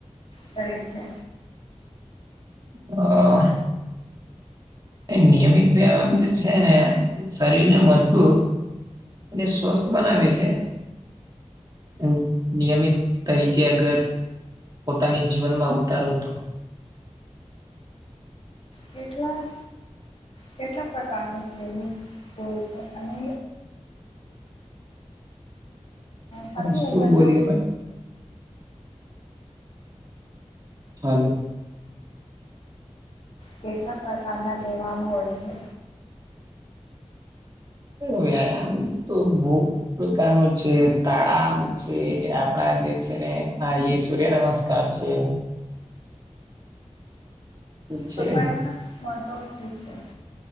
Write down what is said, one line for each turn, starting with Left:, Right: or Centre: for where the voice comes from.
Left: કરે છે
Right: હા નિયમિત વ્યાયામ જે છે ને શરીરને મજબૂત અને સ્વસ્થ બનાવે છે, હ નિયમિત તરીકે અગર પોતાની જીવનમાં ઉતારો તો.
Left: કેટલા. કેટલાક પ્રકારનુંમ હોય છે અને સાથે
Right: હા શું
Left: ઉંમરના
Right: બોલ્યો ભ હાલો
Left: કેટલા પ્રકારના લેવાવામાં હોય છે?
Right: વ્યાયામ તો બહુ પ્રકાર નું છે તળામ છે, આપડા જે છે ને આ સૂર્ય નમસ્કાર છે. છે
Left: કપાયના ઓકે છે.